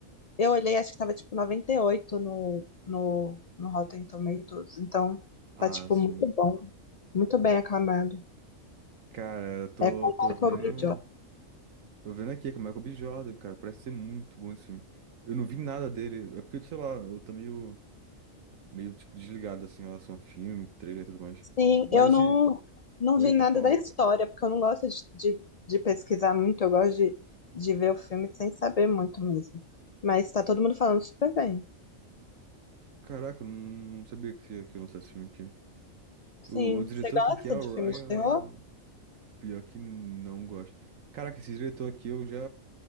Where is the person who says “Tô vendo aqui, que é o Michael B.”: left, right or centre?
Right